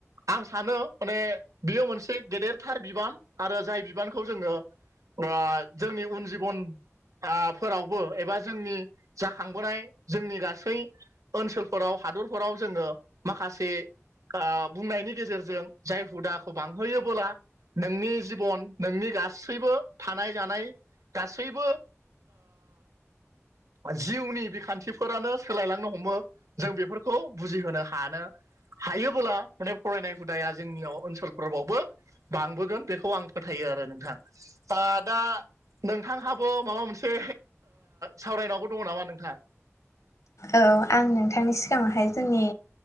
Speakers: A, on the right (about 85°); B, on the left (about 75°).
A: आं सानो माने बियो मोनसे गेदेरथार बिबान आरो जाय बिबानखौ जोङो ओ जोंनि उन जिबन फोरावबो एबा जोंनि जाखांबोनाय जोंनि गासै ओनसोलफोराव हादरफोराव जोङो माखासे बुंनायनि गेजेरजों जाय हुदाखौ बांहोयोबोला नोंनि जिबन नोंनि गासैबो थानाय जानाय गासैबो जिउनि बिखान्थिफोरानो सोलायलांनो हमो जों बेफोरखौ बुजिहोनो हानो हायोबोला माने फरायनाय हुदाया जोंनियाव ओनसोलफोरबावबो बांबोगोन बेखौ आं फोथायो आरो नोंथां। आ दा नोंथांहाबो माबा मोनसे सावरायनांगौ दङ नामा नोंथां?
B: औ आं नोंथांनि सिगाङावहाय जोंनि